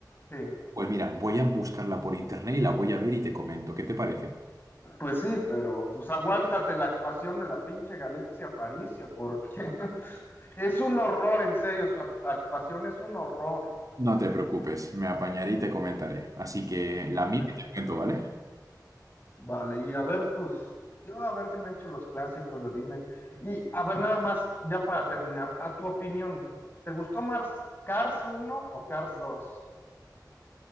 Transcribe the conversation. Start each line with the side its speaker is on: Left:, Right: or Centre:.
Left: Sí.
Right: Pues mira, voy a buscarla por internet y la voy a ver y te comento. ¿Qué te parece?
Left: Pues sí, pero pues aguántate la actuación de la pinche Galicia Paricio, porque <laughs> es un horror, en serio, su a- actuación es un horror.
Right: No te preocupes, me apañaré y te comentaré. Así que la
Left: Dale
Right: mía
Left: nomás.
Right: y te cuento, ¿vale?
Left: Vale, y a ver, pues, yo a ver si me echo los clásicos de Disney. Y a ver, nada más, ya para terminar, a tu opinión, ¿te gustó más Cars uno o Cars 2?